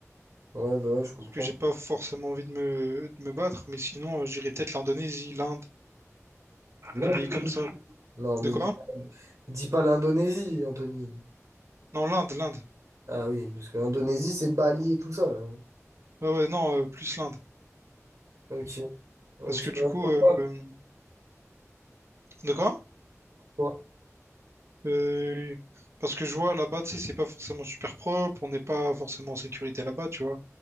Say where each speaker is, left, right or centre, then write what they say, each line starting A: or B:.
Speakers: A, on the right (about 70°); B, on the right (about 55°).
A: Ouais, bah ouais, je comprends.
B: parce que j'ai pas forcément envie de me, de me battre, mais sinon, euh, j'irais peut-être l'Indonésie, l'Inde,
A: L'Indonésie.
B: des pays comme ça.
A: Non, mais
B: De quoi?
A: dis pas, dis pas l'Indonésie, Anthony.
B: Non, l'Inde, l'Inde.
A: Ah oui, parce que l'Indonésie, c'est Bali et tout ça. là.
B: Ouais, ouais, non, euh, plus l'Inde.
A: Ok. Ok,
B: Parce que du
A: ouais,
B: coup,
A: pourquoi,
B: euh, euh, de quoi?
A: pourquoi?
B: Euh, parce que je vois là-bas, tu sais, c'est pas forcément super propre, on n'est pas forcément en sécurité là-bas, tu vois.